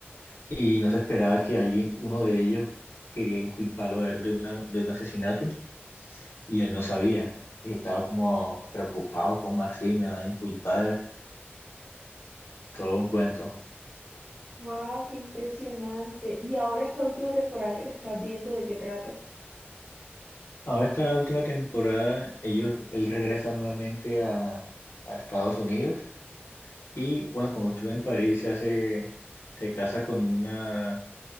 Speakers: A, on the left (about 70°); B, on the right (about 25°).
A: y no se esperaba que alguien, uno de ellos, quería inculparlo a él de una, de un asesinato, y él no sabía, y estaba como preocupado, como así, me va a inculpar, todo un cuento.
B: Wow, qué impresionante. Y ahora esta última temporada que te estás viendo, ¿de qué trata?
A: Ahora esta última temporada, ellos, él regresa nuevamente a, a Estados Unidos, y bueno, cuando estuvo en París se hace, se casa con una